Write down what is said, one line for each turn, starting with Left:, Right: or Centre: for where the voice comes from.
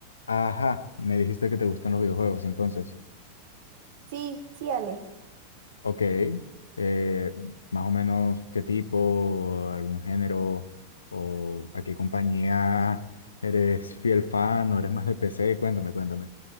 Left: Ajá, me dijiste que te gustan los videojuegos, entonces.
Right: Sí, sí, Ale.
Left: Ok, eh, más o menos qué tipo, algún género o a qué compañía eres fiel fan o eres más de PC, cuéntame, cuéntame.